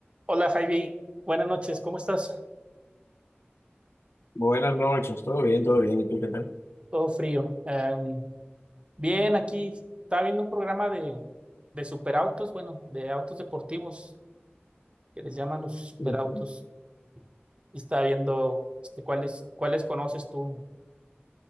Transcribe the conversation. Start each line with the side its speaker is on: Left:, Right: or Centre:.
Right: Hola Javi, buenas noches, ¿cómo estás?
Left: Buenas noches, todo bien, todo bien. ¿Y tú qué tal?
Right: Todo frío. Em, bien, aquí estaba viendo un programa de, de superautos, bueno, de autos deportivos, que les llaman los superautos,
Left: Ujú.
Right: y estaba viendo este, cuáles, cuáles conoces tú.